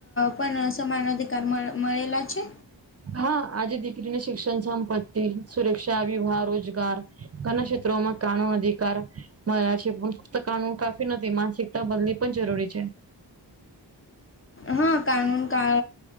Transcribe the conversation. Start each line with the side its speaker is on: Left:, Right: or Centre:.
Left: પણ સમાન અધિકાર મળેલા છે?
Right: હા આજે દીકરીને શિક્ષણ સંપત્તિ સુરક્ષા વિવાહ રોજગાર ઘણા ક્ષેત્રોમાં કાનૂન અધિકાર મળ્યા છે પણ ફક્ત કાનૂન કાફી નથી માનસિકતા બદલી પણ જરૂરી છે.
Left: હા કાનૂન કા